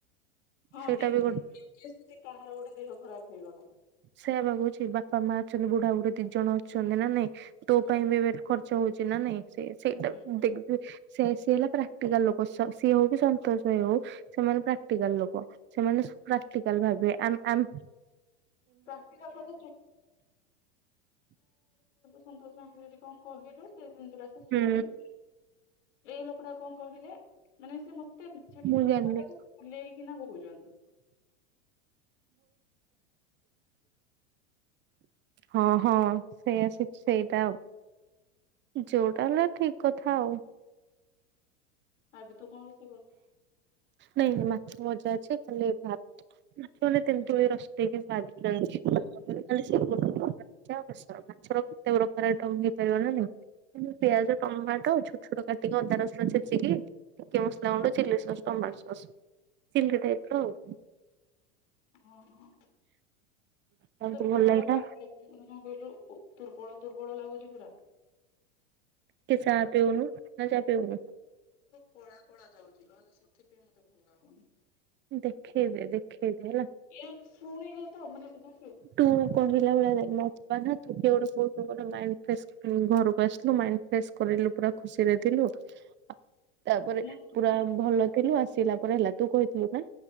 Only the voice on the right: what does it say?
ସେଇଟା
ବି
ସେଇୟା ବା କହୁଛି ବାପା ମା ଛନ୍ତି ବୁଢା ବୁଢୀ ଦି ଜଣ ଅଛନ୍ତି ନା ନାଇଁ। ତୋ
ପାଇଁ ବି ୱେଟ କର ହଉଛି ନା ନାଇଁ? ସେ ସେଇଟା
କୁ ଦେ ସେ ସିଏ ହେଲା ପ୍ରାକ୍ଟିକାଲ ଲୋକ ସିଏ ହଉ କି ସନ୍ତୋଷ ଭାଇ ହଉ ସେମାନେ ପ୍ରାକ୍ଟିକାଲ ଲୋକ ସେମାନେ ପ୍ରାକ୍ଟିକାଲ ଭାବିବେ ଆମ ଆମ
ହୁଁ
ମୁଁ
ଜାଣିନି
ହଁ ହଁ ସେଇଆ ସେଇଟା ଯୋଉଟା ହେଲେ ଠିକ କଥା ଆଉ।
ନାଇଁ ନାଇଁ ମାଛ ମଜା ଅଛି। ହେଲେ ଭାତାନେ ତେନ୍ତୁଳି ରସ ଟିକେ ବାଜିି ଯଇଛି। <unintelligible> ମାଛର କେତେ ପ୍ରକାର ଆଇଟମ ହେଇପାରିବ ନା ନାଇଁ?
ପିଆଜ କମ ମାରି ଦଉଛୁ ଛୋଟ କାଟିକି ଅଧା ରସୁଣ ଛଚିକ କି।
ଗୁଣ୍ଡ chilli sauce. Tomato sauce chilli type ର ଆଉ।
ତାକୁ
ଲାଗିଲା
କିଏ ଚା ପିଉନୁ ନା ଚା ପିଉନୁ
ଦେଖେଇବେ ଦେଖେ ହେଲା।
ଟୁ କହିଲା ବେଳେ ଲା ଯିବା ନା ତୁ ଟିକେ ଗୋଟେ ଶୋ ଫୋ କଲେ ମାଇଣ୍ଡ ଫ୍ରେସ୍ ଘରୁକୁ ଆସିଥିଲୁ ମାଇଣ୍ଡ ଫ୍ରେସ୍ କରେଇଲୁ ପୁରା ଖୁସିରେ ଥିଲୁ ତା ପରେ
ପୁରା ଭଲ ଥିଲୁ ଆସି ସିଲା ପରେ ହେଲା ତୁ କହିଥିଲୁ ନା?